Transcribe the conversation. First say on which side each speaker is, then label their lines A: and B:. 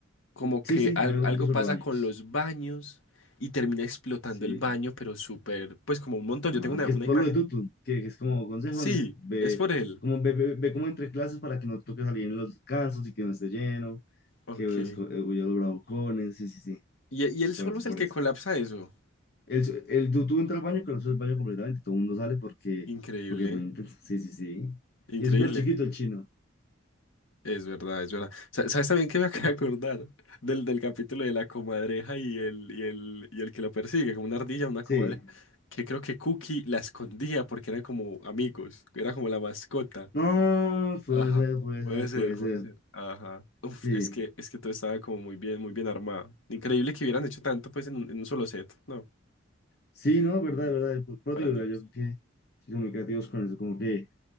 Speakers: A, on the left; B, on the left.
A: Como
B: Sí,
A: que
B: sí,
A: al-
B: hay un
A: algo
B: capítulo sobre
A: pasa
B: baños.
A: con los baños y termina explotando
B: Sí.
A: el baño, pero súper, pues como un montón.
B: Ajá.
A: Yo tengo una,
B: Que
A: una
B: es por
A: imagen.
B: lo de Tutu, que, que es como consejo,
A: Sí,
B: ve
A: es por él.
B: como, ve, ve, ve como entre clases para que no toque salir en los descansos y que no esté lleno,
A: Ok.
B: que esco- eh, huya los bravucones, sí, sí, sí.
A: Y, y él
B: Es por
A: solo
B: eso,
A: es
B: por
A: el que
B: eso.
A: colapsa eso.
B: El, su- el Tutu entra al baño y conoce el baño completamente, todo el mundo sale porque,
A: Increíble,
B: porque es muy intenso. Sí, sí, sí.
A: increíble.
B: Y es súper chiquito el chino.
A: Es verdad, es verdad. Sa- ¿Sabes también que me <laughs> acabo de acordar del, del capítulo de la comadreja y el, y el, y el que lo persigue, como una ardilla, una
B: Sí.
A: comadreja? Que creo que Cookie la escondía porque eran como amigos, era como la mascota.
B: No, puede
A: Ajá.
B: ser, puede
A: Puede
B: ser,
A: ser,
B: puede
A: puede
B: ser.
A: ser. Ajá. Uf,
B: Sí.
A: es que, es que todo estaba como muy bien, muy bien armado. Increíble que hubieran hecho tanto pues en un, en un solo set, ¿no?
B: Sí, no, es verdad,
A: Sí.
B: es verdad. Pero
A: Para
B: te digo,
A: niños.
B: yo creo que... significativos con eso, como que